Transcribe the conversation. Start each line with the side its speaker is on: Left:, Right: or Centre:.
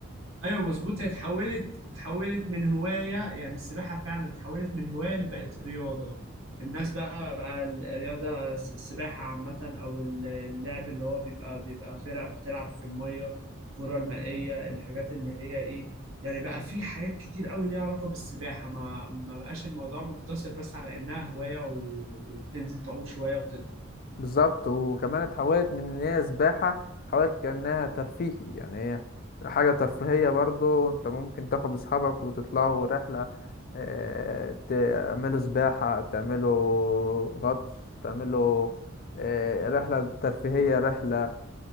Right: ايوه مظبوط هي اتحولت اتحولت من هوايه يعني السباحه فعلا اتحولت من هوايه بقت رياضه الناس بقى بقى الرياضه الس- السباحه عامه او ال- اللعب اللي هو بيبقى بيبقى فرق بتلعب في الميه الكره المائيه الحاجات اللي هي ايه يعني بقى في حاجات كتير قوي ليها علاقه بالسباحه ما ما بقاش الموضوع مقتصر بس على انها هوايه و- وبتنزل تعوم شويه وتطلع
Left: بالظبط وكمان اتحولت من ان هي سباحة اتحولت كأنها ترفيهي يعني هي حاجة ترفيهية برضو انت ممكن تاخد اصحابك وتطلعوا رحلة اه، تعملوا سباحة تعملوا غطس تعملوا اه، رحلة ترفيهية رحلة